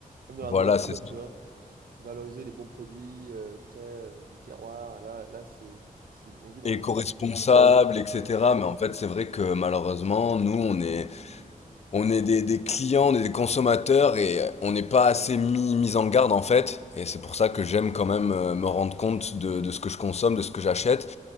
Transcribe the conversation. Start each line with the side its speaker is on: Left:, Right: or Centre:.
Right: même dans la
Left: voilà,
Right: nourriture,
Left: c'est ça.
Right: tu vois. Valoriser les bons produits euh, frais euh, du terroir. Là, là, c'est, c'est, on vit, on,
Left: éco-responsable,
Right: on vit de moins.
Left: etc.
Right: Mhm.
Left: Mais en fait, c'est vrai que malheureusement, nous, on est, on est des, des clients, on est des consommateurs et on n'est pas assez mis, mis en garde en fait. Et c'est pour ça que j'aime quand même euh, me rendre compte de, de ce que je consomme, de ce que j'achète.